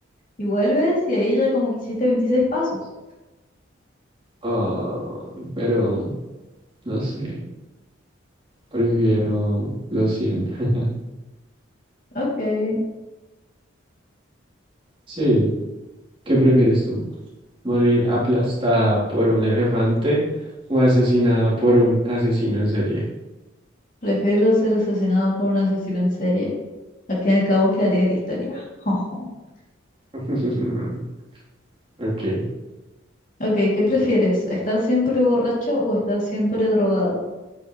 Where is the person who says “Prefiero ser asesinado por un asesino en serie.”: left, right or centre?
Left